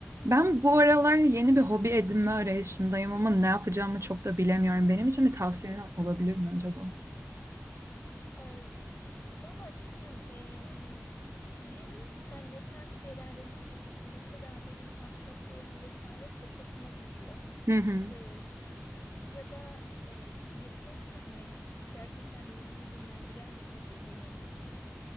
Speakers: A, on the right (about 80°); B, on the left (about 55°).
A: Ben bu aralar yeni bir hobi edinme arayışındayım ama ne yapacağımı çok da bilemiyorum. Benim için bir tavsiyen olabilir mi acaba?
B: Ee, s- Valla Sinem ee, bilemiyorum ki sen ne tarz şeylerden hoşlanırsın. Mesela benim ahşap boyama vesaire çok hoşuma gidiyor.
A: Hı hı.
B: Ee, ya da ee, resim çizmek gerçekten ruhumu dinlendiren bir hobi benim için.